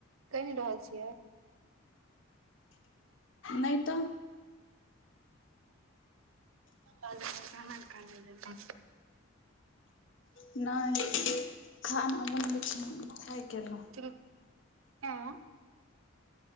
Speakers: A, on the right; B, on the left.
A: कइन रहल छियै।
B: नई तऽ
A: अबाज लगे कानल - कानल जेना
B: नय खाना बनबे छी, हम थाईक गेलहु।
A: तुरुक आँ